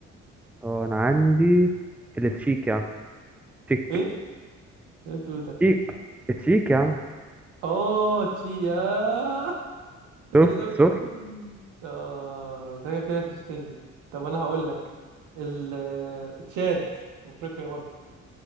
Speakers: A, in the centre; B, on the right.
A: اه انا عندي التشيك يا عم تشيك
B: ايه إيه اللي إنت بتقوله ده
A: تشيك التشيك يا عم
B: اه تشي يا <laughs> انت
A: شفت
B: كده ده
A: شفت
B: اه انت كده كده كشتني طب انا هقول لك ال تشاد افريقيا برضه